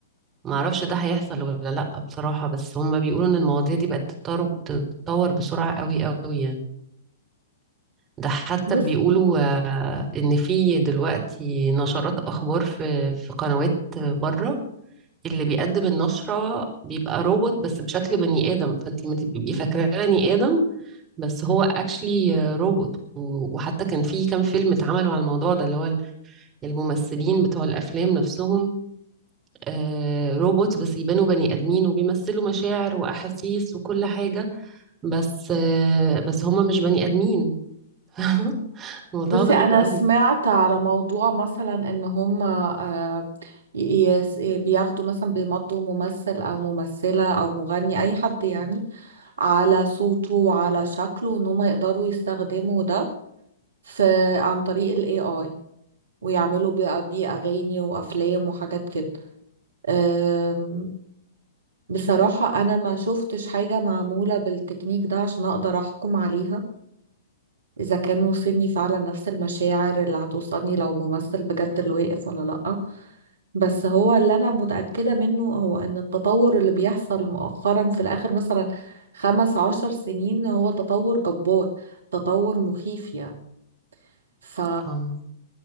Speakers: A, on the right (about 20°); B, on the right (about 60°).
A: معرفش ده هيحصل ولا لأ بصراحة بس هم بيقولوا ان المواضيع دي بقت تتطور تتطور بسرعة قوي قوي يعني ده حتى
B: بص
A: بيقولوا آه، ان في دلوقتي نشرات اخبار في في قنوات بره اللي بيقدم النشرة بيبقى روبوت بس بشكل بني آدم فانتي ما تبقي فاكراه بني آدم بس هو اكشلي روبوت و- وحتى كان في كام فيلم اتعملوا على الموضوع ده اللي هو الممثلين بتوع الافلام نفسهم آه، روبوت بس يبانوا بني ادمين وبيمثلوا مشاعر واحاسيس وكل حاجة بس آه، بس هما مش بني ادمين <laughs> موضوع
B: بصي
A: غريب
B: انا
A: قوي
B: سمعت على موضوع مثلا ان هم آه، ي- يس- بياخدوا مثلا بيمضوا ممثل او ممثلة او مغني اي حد يعني على صوته وعلى شكله ان هم يقدروا يستخدموا ده في عن طريق ال AI ويعملوا بقى بيه أغاني وأفلام وحاجات كده أم، بصراحة أنا ما شفتش حاجة معمولة بالتكنيك ده عشان أقدر أحكم عليها إذا كان وصلني فعلا نفس المشاعر اللي هتوصلني لو ممثل بجد اللي واقف ولا لأ بس هو اللي أنا متأكدة منه هو إن التطور اللي بيحصل مؤخرا في الآخر مثلا خمس عشر سنين هو تطور جبار تطور مخيف يعني ف
A: اه